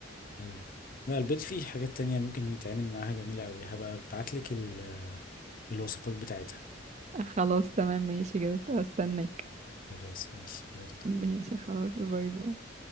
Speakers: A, on the left; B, on the right.
A: أي لا البيض فيه حاجات تانية ممكن يتعمل معاها جميلة أوي هبقى أبعتلك ال- الوصفات بتاعتها
B: خلاص تمام ماشي كده استناك
A: خلاص ماشي يلا
B: ماشي خلاص باي باي